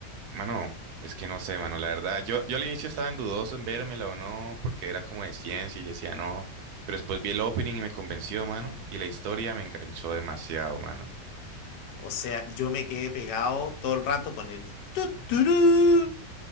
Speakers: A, on the right; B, on the left.
A: mano, es que no sé, mano. La verdad, yo, yo al inicio estaba en dudoso en vérmela o no, porque era como de ciencia y yo decía no. Pero después vi el opening y me convenció, mano. Y la historia me enganchó demasiado, mano.
B: O sea, yo me quedé pegado todo el rato con el... tu, turú.